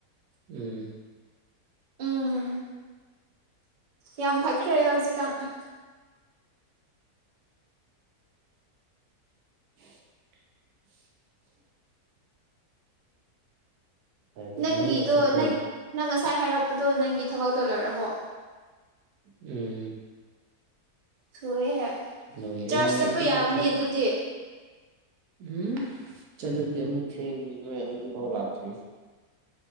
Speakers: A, on the right; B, on the right.
A: ꯎꯝ
B: ꯎꯝ ꯌꯥꯝ ꯐꯈ꯭ꯔꯦ ꯍꯧꯖꯤꯛꯀꯥꯟ
A: <unintelligible> ꯑꯗꯨꯗꯤ
B: ꯅꯪꯒꯤꯗꯣ
A: ꯂꯧꯒ ꯆꯠꯄ꯭ꯔꯣ
B: ꯅꯪ ꯅꯪ ꯉꯁꯥꯏ ꯍꯥꯏꯔꯛꯄꯗꯣ ꯅꯪꯒꯤ ꯊꯕꯛꯇꯣ ꯂꯣꯏꯔꯕꯣ
A: ꯎꯝ
B: ꯊꯨꯏꯍꯦ
A: ꯂꯣꯏꯔꯦ
B: ꯆꯔꯆ ꯆꯠꯄ
A: ꯑꯩꯗꯤ
B: ꯌꯥꯕꯅꯤ
A: ꯊꯕꯛ
B: ꯑꯗꯨꯗꯤ
A: ꯎꯝ ꯆꯂꯗꯤ ꯑꯃꯨꯛ ꯊꯦꯡꯅꯤ ꯃꯣꯢ ꯍꯧꯖꯤꯛ ꯐꯥꯎ ꯂꯥꯛꯇꯔꯤ